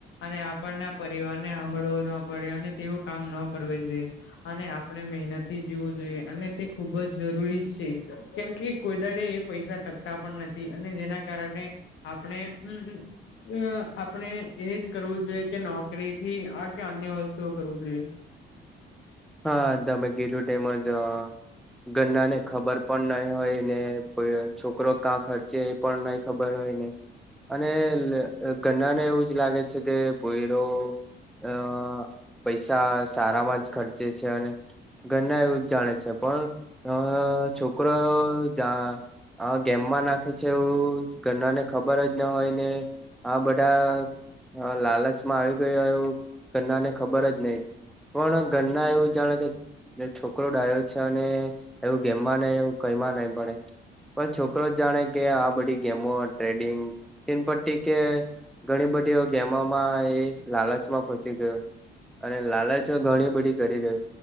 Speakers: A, on the left; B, in the centre.
A: અને આપણના પરિવાર ને સાંભળવો ન પડે અને તેવું કામ ન કરવું જોઈએ. અને આપણે મહેનતી જીવું જોઈએ અને તે ખુબ જ જરૂરી છે કેમ કે કોઈદાડે એ પૈસા ટકતા પણ નથી અને જેના કારણે આપણે, હમ્મ. આપણે એજ કરવું જોઈએ કે નોકરી થી આ કે અન્ય વસ્તુઓ કરવું જોઈએ.
B: હા તમે ગીરુ ટાઈમ જ અ ગરના ને ખબર પણ નહી હોય ને છોકરો કા ખ એ પણ નઈ ખબર હોયને અને ગના ને એવું જ લાગે છે કે ભોયરો અ પૈસા સારામાં જ ખર્ચે છે અને ઘરના એવું જાણે છે પણ અ છોકરો જા હા ગેમમાં નાખે છે એવું ઘરના ને ખબર જ ના હોય ને આ બધા હા લાલચમાં આવી ગયો એવું ઘણાને ખબર જ નહી પણ ઘરના એવું જાણે કે છોકરો ડાયો છે અને એવું ગેમમાં નહિ એવું કઈમાં નહી પડે. પણ છોકરો જ જાણે કે આ બધી ગેમો ટ્રેડિંગ એ પટ્ટી કે ઘણી બધી એ ગેમોમાં એ લાલચમાં ફસી ગયો અને લાલચો ઘણી બધી કરી દે